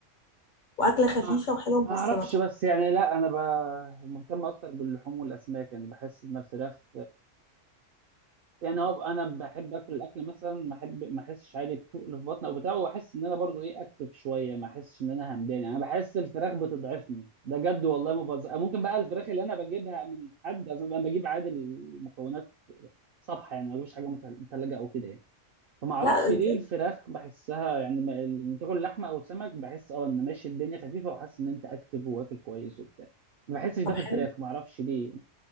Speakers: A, on the left; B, on the right.
A: واكله خفيفه
B: ما
A: وحلوه مع
B: ما اعرفش
A: السلطه
B: بس يعني لا انا ب... مهتم اكتر باللحوم والاسماك يعني بحس ان الفراخ يعني هو انا بحب اكل الاكل مثلا ما احب ما احسش عادي بتقل في بطني او بتاع واحس ان انا برضو ايه اكتف شويه ما احسش ان انا همدان يعني انا بحس الفراخ بتضعفني ده جد والله ما بهزر ممكن بقى الفراخ اللي انا بجيبها من حد اصلا انا بجيب عادي المكونات صبحه يعني ما بجيبش حاجه متل- متلجه او كده يعني فما اعرفش
A: لا ازاي
B: ليه الفراخ بحسها يعني ما إن تاكل لحمه او سمك بحس اه ان ماشي الدنيا خفيفه وحاسس ان انت اكتف واكل كويس وبتاع ما بحسش ده
A: طب
B: في
A: حلو
B: الفراخ ما اعرفش ليه